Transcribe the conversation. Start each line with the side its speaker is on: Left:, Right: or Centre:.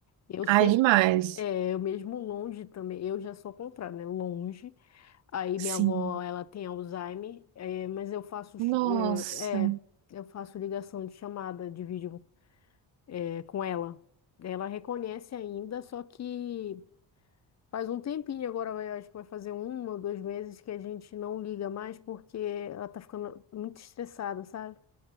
Left: Eu sempre,
Right: Ai, demais.
Left: é, eu mesmo longe também, eu já sou ao contrário, né? Longe. Aí
Right: Sim.
Left: minha avó, ela tem Alzheimer, é, mas eu faço, ch-
Right: Nossa.
Left: é, é, eu faço ligação de chamada de vídeo, é, com ela. Ela reconhece ainda, só que Faz um tempinho agora, vai- acho que vai fazer um ou dois meses que a gente não liga mais porque ela tá ficando muito estressada, sabe?